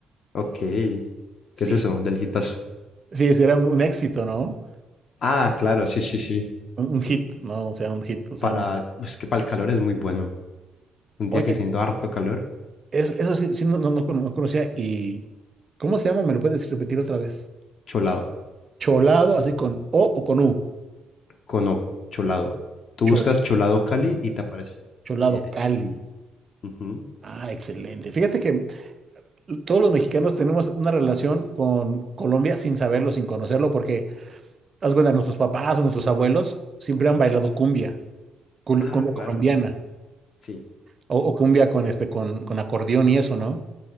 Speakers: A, on the left; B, on the right.
A: Ok. ¿Qué
B: Sí,
A: es eso del gitazo?
B: sí, sería un, un éxito, ¿no?
A: Ah, claro, sí, sí, sí.
B: Un, un hit, ¿no? O sea, un hit, o sea,
A: Para,
B: un-
A: pues que para el calor es muy bueno. Un
B: Oye,
A: día que siendo harto calor,
B: es- eso sí, sí, no, no, no cono- no conocía. ¿Y cómo se llama? ¿Me lo puedes repetir otra vez?
A: cholado.
B: Cholado, así con O o con U.
A: Cono, cholado. Tú
B: Cho-
A: buscas cholado Cali y te aparece.
B: cholado
A: Derecho.
B: Cali.
A: Ujú.
B: Ah, excelente. Fíjate que todos los mexicanos tenemos una relación con Colombia sin saberlo, sin conocerlo, porque, haz cuenta, nuestros papás o nuestros abuelos siempre han bailado cumbia, cul-
A: Ah,
B: cumbia
A: claro.
B: colombiana,
A: Sí.
B: o, o cumbia con, este, con, con acordeón y eso, ¿no?